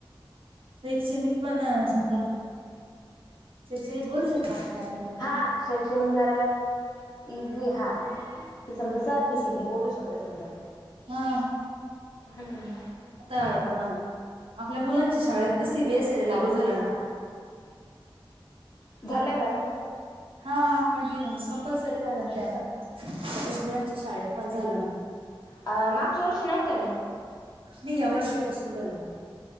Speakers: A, on the right; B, on the left.
A: शैक्षणिक पण समजा शैक्षणिक बोलू शकतो आपण यात
B: हा शैक्षणिक जरा इझी हा ते समजा साहजिक
A: तेच
B: आहे
A: ना
B: ते बोलू शकता समजा,
A: हा
B: हो की नाय.
A: आता अह आपल्या मुलांच्या शाळेत B C B S E लागू झाल ना
B: झालं का?
A: हा कंटिन्यू कंपल्सरी झालं ना ते आता आपल्या मुलांच्या शाळेत पण झालं ना
B: अह मागच्या वर्षी नव्हतं ना
A: नाही या वर्षीपासुन झालं